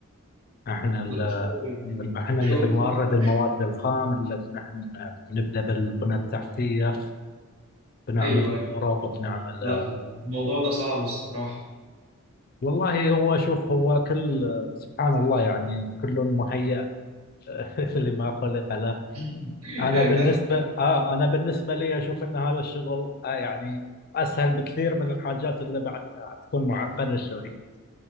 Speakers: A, on the left; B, on the right.
A: احنا اللي
B: لا شغل
A: أيوة، احنا اللي بنورد
B: شغل
A: المواد الخام اللي نحن نبدأ بالبنى التحتية بنعمل
B: ايوه
A: الطرق
B: أيوه.
A: بنعمل
B: لا الموضوع ده صعب الصراحه
A: والله هو شوف هو كل سبحان الله يعني كل مهيأ <laughs> لما خلق له
B: <laughs>
A: أنا
B: يعني
A: بالنسبة
B: ده
A: آه أنا بالنسبة لي أشوف أن هذا الشغل آه يعني أسهل بكثير من الحاجات اللي بعدها تكون معقدة شوية